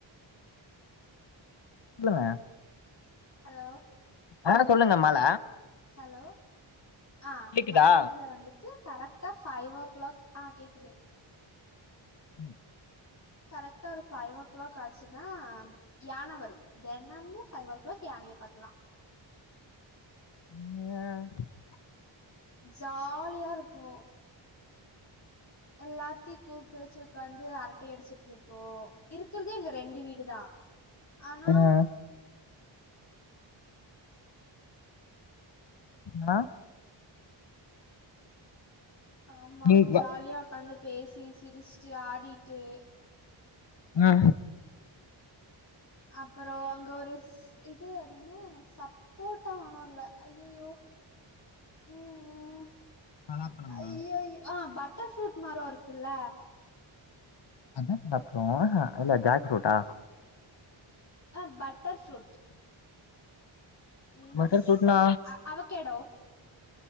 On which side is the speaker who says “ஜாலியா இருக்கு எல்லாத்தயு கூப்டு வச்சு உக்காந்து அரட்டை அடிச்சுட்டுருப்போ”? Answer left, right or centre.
Left